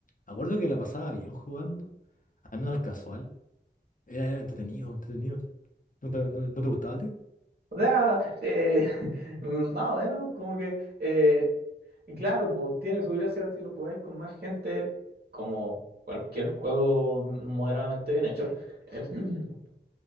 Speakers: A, on the left (about 50°); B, on the right (about 60°).
A: me acuerdo que la pasaba bien jugando, al menos al casual. Era era entretenido, entretenido. ¿No te, no- no te gustaba a ti?
B: sea, eh, <laughs> mm, más o menos, como que, eh, y claro, pues tiene su gracia si lo jugáis con más gente, como cualquier juego moderadamente bien hecho. <clears throat>